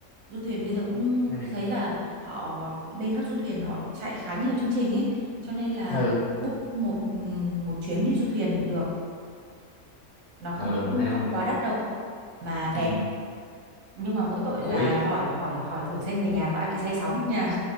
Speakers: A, on the right; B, on the left.
A: du thuyền bây giờ cũng
B: À,
A: tôi thấy là họ bên các du thuyền họ chạy khá nhiều chương trình ấy cho nên là
B: ừ,
A: book một ừm, một chuyến đi du thuyền được nó không
B: ừ
A: cũng
B: ha.
A: không quá đắt đâu mà đẹp
B: Ừ.
A: nhưng mà mỗi tội
B: Ủa
A: là hỏi hỏi hỏi thử xem người nhà có ai bị say sóng không nha